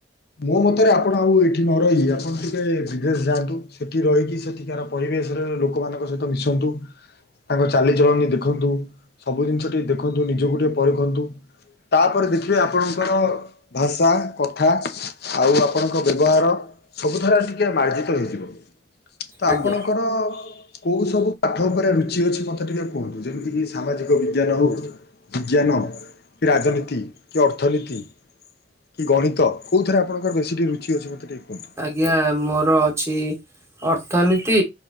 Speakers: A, on the left (about 60°); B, on the right (about 15°).
A: ମୋ ମତରେ ଆପଣ ଆଉ ଏଇଠି ନ ରହିି ଆପଣ ଟିକେ ବିଦେଶ ଯାଆନ୍ତୁ ସେଠି ରହିକି ସେଠିକାର ପରି ବେଶ୍ ରେ ଲୋକମାନଙ୍କ ସହିତ ମିଶନ୍ତୁ। ତାଙ୍କ ଚାଲିଚଳଣି ଦେଖନ୍ତୁ ସବୁ ଜିନିଷ ଟିକେ ଦେଖନ୍ତୁ ନିଜକୁ ଟିକେ ପରଖନ୍ତୁ। ତାପରେ ଦେଖିବେ ଆପଣଙ୍କର ଭାଷା କଥା। ଆଉ ଆପଣଙ୍କ ବ୍ୟବହାର ସବୁଠାରେ ଟିକେ ମାର୍ଜିତ ହେଇଯିବ। ତ
B: ଆଜ୍ଞା
A: ଆପଣଙ୍କର କେଉଁ ସବୁ ପାଠ ଉପରେ ରୂଚି ଅଛି ମୋତେ ଟିକେ କୁହନ୍ତୁ ଯେମିତିକି ସାମାଜିକ ବିଜ୍ଞାନ ହଉ ବିଜ୍ଞାନ। କି ରାଜନୀତି କି ଅର୍ଥନୀତି କି ଗଣିତ। କଉଥିରେ ଆପଣଙ୍କର ବେଶୀି ଟିକେ ଋଚି ଅଛି ମତେ ଟିକେ କୁହନ୍ତୁ।
B: ଆଜ୍ଞା ମୋର ଅଛି ଅର୍ଥନୀତି